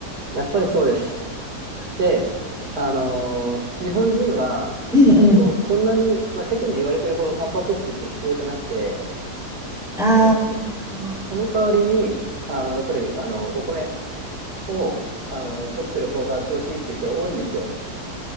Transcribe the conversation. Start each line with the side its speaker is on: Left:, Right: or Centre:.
Right: やっぱりそうです。で、あのー日本人は、
Centre: うんうん。
Right: えっと、そんなに、まあ、世間で言われてるほどタンパク質って必要じゃなくて、
Centre: あ
Right: で、そ、
Centre: あ、
Right: その代わりに、あの、やっぱり、あの、お米を、あの、取ってる方が調子いいっていう人が多いんですよ。